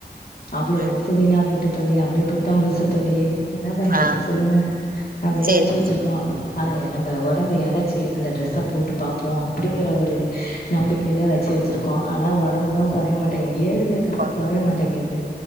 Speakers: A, on the left; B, on the right.
A: அவ்ளோ
B: ம்
A: டிரஸ்சு வீணா போயிட்டு தோழி அப்டியே புத் த்தம் புதுசு தோழி என்ன பண்றது
B: ஆ
A: சொல்லுங்க அப்டியே
B: சரி
A: வச்சு வச்சிருக்கோ அத நம்ம உடம்பு எழச்சி அந்த டிரெஸ்ஸ போட்டு பாப் போ அப்டிங்கிற ஒரு நம்பிக்கையில வச்சு வச்சிருக்கோ ஆனா ஒடம்புதா கொறைய மாட்டேங்க ஏறுதே தவிர
B: கொ
A: கொறைய மாட்டேங்கிது